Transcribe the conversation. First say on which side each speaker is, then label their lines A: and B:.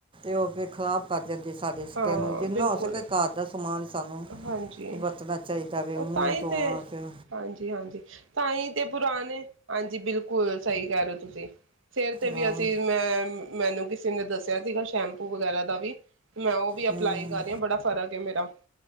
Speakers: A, on the right (about 25°); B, on the right (about 65°).
A: ਹੋ ਕੇ ਖਿਲਾਫ਼ ਜਾਂਦੀ ਸਾਡੇ ਸਕਿੰਨ
B: ਹਾਂ
A: ਜਿੰਨਾ
B: ਬਿਲਕੁਲ
A: ਹੋ ਸਕੇ ਕਾਰ ਦਾ ਸਮਾਨ ਸਾਨੂੰ
B: ਹਾਂਜੀ
A: ਵਰਤਣਾ ਚਾਹੀਦਾ ਪਹਿਲੇ
B: ਉਹ
A: ਮੂੰਹ
B: ਤਾਂ ਹੀ
A: ਧੋਣਾ
B: ਤੇ
A: ਫਿਰ
B: ਹਾਂਜੀ ਹਾਂਜੀ, ਤਾਂਹੀ ਤੇ ਪੁਰਾਣੇ, ਹਾਂਜੀ ਬਿਲਕੁਲ ਸਹੀ, ਕਰਹਿ ਰਹੇ ਤੁਸੀਂ ਫਿਰ ਤੇ
A: ਹਾਂ
B: ਵੀ ਅਸੀਂ ਮੈਨੂੰ ਕਿਸੇ ਨੇ ਦੱਸਿਆ ਸੀਗਾ ਸ਼ੈਂਪੂ ਵਗੈਰਾ ਦਾ ਵੀ ਮੈਂ ਉਹ ਵੀ ਅਪਲਾਈ
A: ਹੂੰ
B: ਕਰ ਰਹੀ ਆ ਬੜਾ ਫਰਕ ਹੈ, ਮੇਰਾ